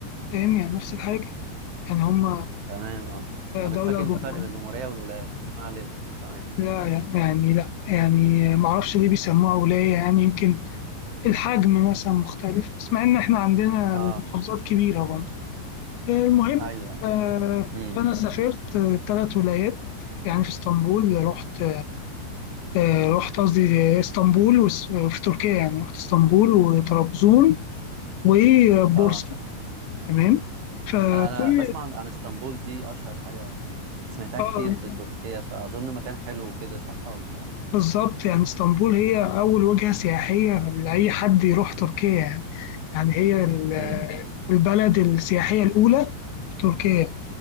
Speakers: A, on the left; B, on the right.
A: فاهم يعني نفس الحاجة يعني هم
B: تمام اه
A: آه،
B: انا
A: دولة
B: كنت فاكر ان
A: جمهورية
B: في فرق بين الجمهورية والولايات ما علينا تمام
A: لا يعني لا يعني معرفش ليه بيسموها ولاية يعني يمكن الحجم مثلا مختلف بس مع إن إحنا عندنا
B: اه
A: المحافظات كبيرة برضه آه، المهم
B: ايوه
A: آه،
B: امم
A: فأنا سافرت ثلاث ولايات يعني في اسطنبول رحت آه، رحت قصدي اسطنبول وس- وفي تركيا يعني رحت اسطنبول وطرابزون وبورصة
B: اه
A: تمام فكل
B: انا انا بسمع عن عن اسطنبول دي اشهر حاجه يعني سمعتها
A: آه،
B: كتير في تركيا فاظن مكان حلو كده صح ولا
A: بالظبط يعني اسطنبول هي أول وجهة سياحية لأي حد يروح تركيا يعني يعني هي ال-
B: امم
A: البلد السياحية الأولى في تركيا